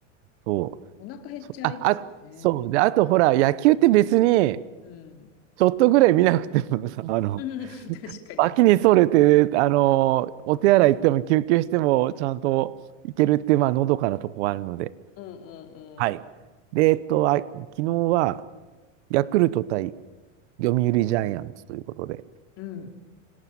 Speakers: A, on the right (about 60°); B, on the left (about 35°).
A: そ
B: お腹減っちゃいますよね。
A: う。そあ、あ、そう。で、あとほら、野球って別に、
B: うん。
A: ちょっとぐらい見なくてもさ、あの、
B: うん、<laughs> 確かに。
A: 脇にそれて、あの、お手洗い行っても休憩してもちゃんと行けるっていう、まあ、のどかなとこがあるので。
B: うんう
A: はい。
B: んうん。
A: で、えっと、あ、昨日は、ヤクルト対読売ジャイアンツということで。
B: うん。